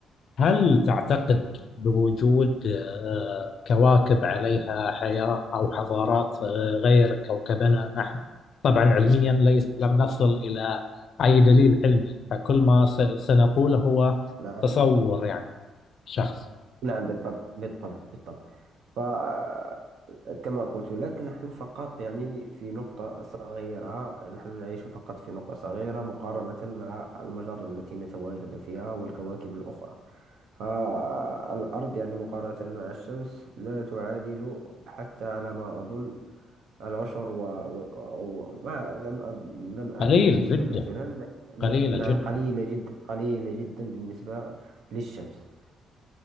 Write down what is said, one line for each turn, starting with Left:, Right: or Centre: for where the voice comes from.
Left: هل تعتقد بوجود آه، كواكب عليها حياة أو حضارات آه، غير كوكبنا نحن؟ طبعا علميا ليس لم نصل إلى أي دليل علمي فكل ما س- سنقوله هو
Right: نعم
Left: تصور يعني شخص
Right: نعم بالطبع بالطبع بالطبع فكما قلت لك نحن فقط يعني في نقطة صغيرة نحن نعيش فقط في نقطة صغيرة مقارنة مع المجرة التي نتواجد فيها والكواكب الأخرى فالأرض يعني مقارنة مع الشمس لا تعادل حتى على ما أظن العشر و... و... و... ما لم أظن... لم أعلم
Left: قليل
Right: النسبة
Left: جدا
Right: مثلا
Left: قليلة
Right: نعم
Left: جدا
Right: قليلة جدا قليلة جدا بالنسبة للشمس